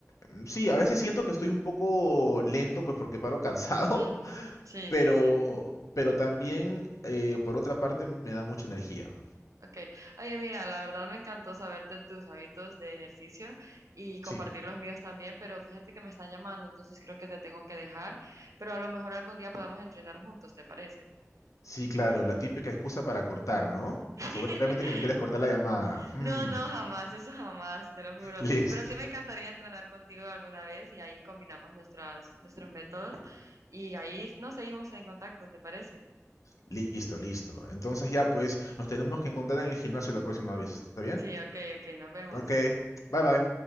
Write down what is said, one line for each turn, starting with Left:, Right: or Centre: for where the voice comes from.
Left: Mm, Sí, a veces siento que estoy un poco lento pues porque paro cansado,
Right: Ujú.
Left: <laughs>
Right: Sí,
Left: pero,
Right: sí, sí.
Left: pero también eh, por otra parte me da mucha energía.
Right: Ok. Oye, mira, la verdad me encantó saber de tus hábitos de ejercicio y compartir
Left: Sí.
Right: los míos también, pero fíjate que me están llamando, entonces creo que te tengo que dejar, pero a lo mejor algún día podemos entrenar juntos, ¿te parece?
Left: Sí, claro, la típica excusa para cortar, ¿no?
Right: <laughs>
Left: Seguramente que me quieres cortar la llamada. Mm,
Right: No, no, jamás, eso jamás, te lo juro.
Left: <laughs> listo,
Right: Pero sí me encantaría entrenar contigo alguna vez y ahí combinamos nuestras, nuestros métodos y ahí nos seguimos en contacto, ¿te parece?
Left: listo, listo. Entonces ya, pues, nos tenemos que encontrar en el gimnasio la próxima vez, ¿está bien?
Right: Sí, ok, ok, nos vemos.
Left: Ok, bye bye.